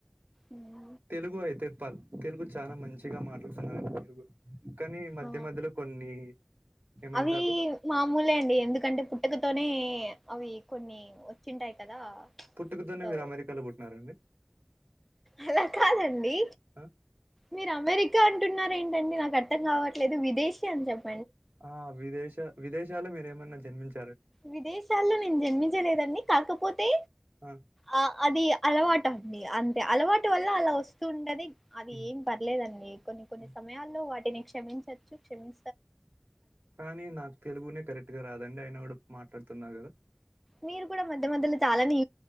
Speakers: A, in the centre; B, on the right.
A: ఉమ్
B: తెలుగు అయితే ప తెలుగు చాలా మంచిగా మాట్లాడుతున్నారు మురుగు కానీ మధ్య
A: ఆ
B: మధ్యలో కొన్ని ఏమంటారు
A: అవి మామూలే అండి ఎందుకంటే పుట్టకతోనే అవి కొన్ని వచ్చింటాయి కదా
B: పుట్టుకతోనే
A: సో
B: మీరు అమెరికాలో పుట్టినారండి
A: అలా కాదండి
B: ఆ
A: మీరు అమెరికా అంటున్నారే ండి నాకు అర్థం కావట్లేదు విదేశీ అని చెప్ప
B: ఆ విదేశ విదేశాల్లో మీరేమన్నా జన్మించ
A: విదేశాల్లో నేను జన్మించలేదండి కాకపోతే
B: ఆ
A: ఆ అది అలవాటు అండి అంతే అలవాటు వల్ల అలా వస్తూ ఉంటది అది
B: హ్మ్
A: ఏం పర్లేదండి కొన్ని కొన్ని
B: హ్మ్
A: సమయాల్లో వాటిని క్షమించచ్చు క్షమి
B: కానీ నాకు తెలుగునే కరెక్ట్ గా రాదండి అయినా కూడా మాట్లాడుతున్నా కదా
A: మీరు కూడా మధ్య మధ్యలో చాలాని